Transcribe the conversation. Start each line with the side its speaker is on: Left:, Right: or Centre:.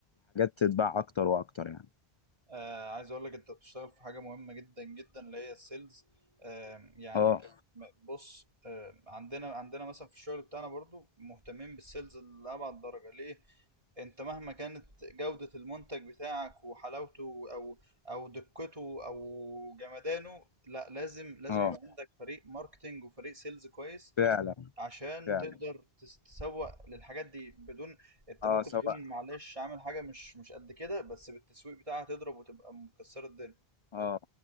Left: تتباع اكتر واكتر يعني
Right: آه، عايز اقول لك انت بتشتغل في حاجه مهمه جدا جدا اللي هي السيلز آه يعني
Left: اه
Right: م- بص آه عندنا عندنا مثلا في الشغل بتاعنا برضو مهتمين بالسيلز لابعد درجه ليه انت مهما كانت جوده المنتج بتاعك وحلاوته او او دقته او جمدانه لا لازم لازم
Left: اه
Right: يبقى عندك فريق ماركتينج وفريق سيلز كويس
Left: فعلا
Right: عشان
Left: فعلا
Right: تقدر تس- تسوق للحاجات دي بدون انت
Left: اه
Right: ممكن
Left: سواء
Right: تكون معلش عامل حاجه مش مش قد كده بس بالتسويق بتاعها تضرب وتبقى مكسره الدنيا
Left: اه